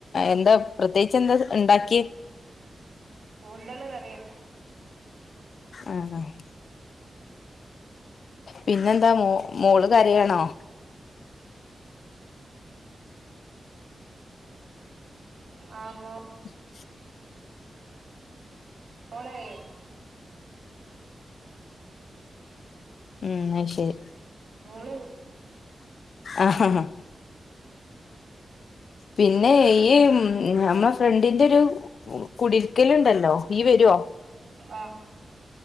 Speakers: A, on the left; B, on the right.
A: എന്താ പ്രത്യേകിച്ച് എന്താ ഇണ്ടാക്കിയെ
B: കൂന്തള് കറിയാ
A: ആഹ് ആഹ് പിന്നെന്താ മോള് കരയാണോ?
B: ആഹ് മോ
A: ഉ
B: മോളേ
A: ഉം അയ്ശെരി
B: മോള്
A: ആഹ് ആഹ് പിന്നെ ഈ ഞമ്മള ഫ്രണ്ടിന്റെ ഒരു ക്കുടിരിക്കൽണ്ടല്ലോ ഈ വരുവോ-
B: ആഹ്